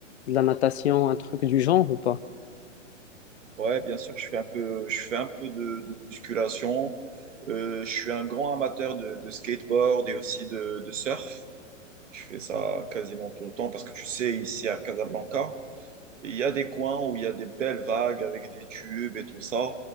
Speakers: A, on the left; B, on the right.
A: de la natation, un truc du genre ou pas?
B: Ouais, bien sûr, je fais un peu, je fais un peu de, de musculation. Euh, je suis un grand amateur de, de skateboard et aussi de, de surf. Je fais ça quasiment tout le temps parce que tu sais, ici à Casablanca, il y a des coins où il y a des belles vagues avec des tubes et tout ça.